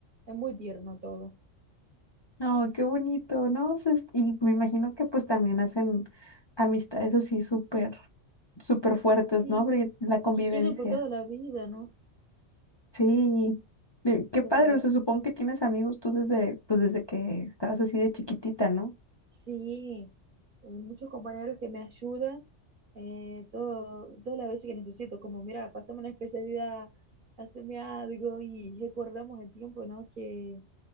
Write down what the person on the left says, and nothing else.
No, qué bonito, ¿no? O sea, es- y me imagino que pues también hacen amistades así súper, súper fuertes,
¿no? Porque la convivencia.
Sí. Eh, Qué padre,
o sea, supongo que tienes amigos tú desde, pues desde que estabas así de chiquitita, ¿no?